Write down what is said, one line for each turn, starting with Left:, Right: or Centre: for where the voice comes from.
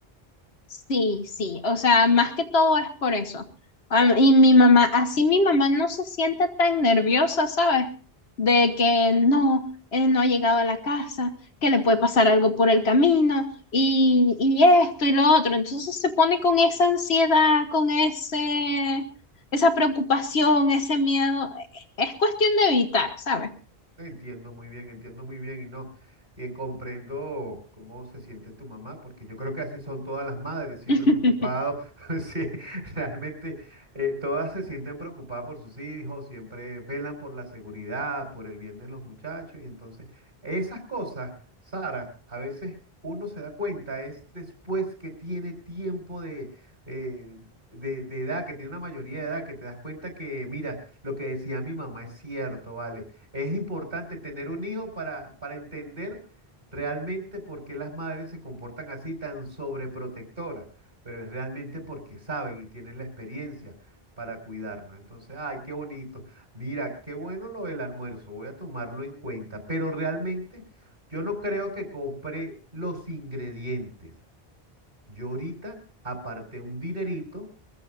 Left: Sí, sí, o sea, más que todo es por eso. Am- Y mi mamá, así mi mamá no se siente tan nerviosa, ¿sabes? De que no, eh, no ha llegado a la casa, que le puede pasar algo por el camino y, y esto y lo otro. Entonces se pone con esa ansiedad, con ese, esa preocupación, ese miedo. E- Es cuestión de evitar, ¿sabes?
Right: Entiendo muy bien, entiendo muy bien y no, y comprendo cómo se siente tu mamá, porque yo creo que así son todas las madres, siempre
Left: <laughs>
Right: preocupados, <laughs> sí, realmente eh, todas se sienten preocupadas por sus hijos, siempre velan por la seguridad, por el bien de los muchachos, y entonces esas cosas, Sara, a veces uno se da cuenta, es después que tiene tiempo de... eh, de, de edad, que tiene una mayoría de edad, que te das cuenta que, mira, lo que decía mi mamá es cierto, ¿vale? Es importante tener un hijo para, para entender realmente por qué las madres se comportan así tan sobreprotectoras, pero es realmente porque saben y tienen la experiencia para cuidarnos. Entonces, ay, qué bonito. Mira, qué bueno lo del almuerzo, voy a tomarlo en cuenta, pero realmente yo no creo que compre los ingredientes. Yo ahorita aparté un dinerito